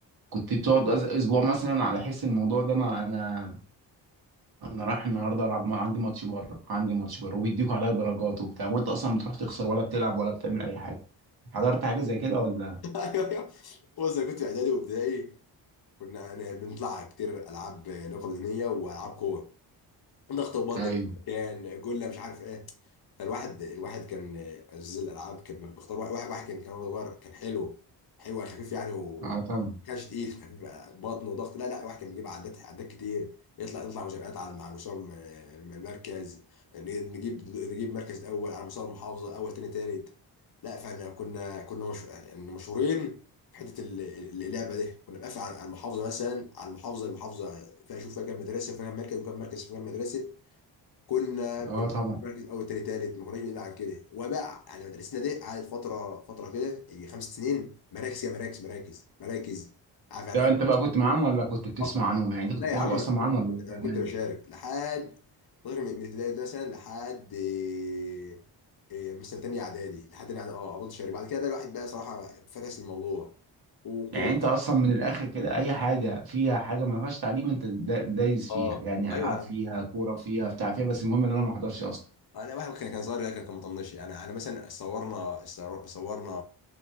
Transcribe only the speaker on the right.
كنت بتقعد أز- أسبوع مثلا على حس الموضوع ده أنا أنا انا رايح النهارده العب مع- عندي ماتش بره عندي ماتش بره وبيديكوا عليا درجات وبتاع وانت اصلا بتروح تخسر ولا بتلعب ولا بتعمل اي حاجه حضرت حاجه زي كده ولا
ايوه
اه طبعا
اه طبعا
لا
انت بقى كنت معاهم ولا كنت بتسمع
عنهم يعني انت كنت
بتلعب
اصلا
معاهم ولا
بامانه
يعني انت اصلا من الاخر كده اي حاجه فيها حاجه ما فيهاش تعليم انت دا- دايس
فيها يعني
العاب فيها كوره فيها بتاع فيها بس المهم ان انا ما احضرش اصلا